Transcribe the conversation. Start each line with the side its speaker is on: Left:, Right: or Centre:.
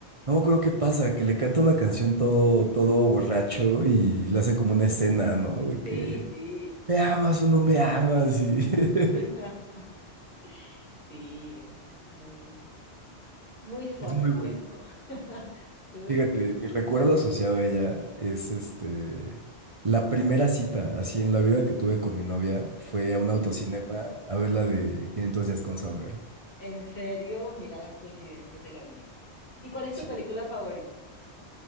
Right: no me acuerdo qué pasa, que le canta una canción todo, todo borracho y le hace como una escena, ¿no? De que
Left: sí, sí.
Right: me amas o no me amas y <laughs>
Left: <laughs> Sí, es, es muy, Muy summer,
Right: es muy bueno.
Left: eso. <laughs> Entonces,
Right: Fíjate, mi recuerdo asociado a ella es este, la primera cita así en la vida que tuve con mi novia fue a
Left: ujú,
Right: un autocinema a ver la de quinientos días con Summer.
Left: en serio, mira las coincidencias de la vida. ¿Y cuál es
Right: Sí.
Left: tu película favorita?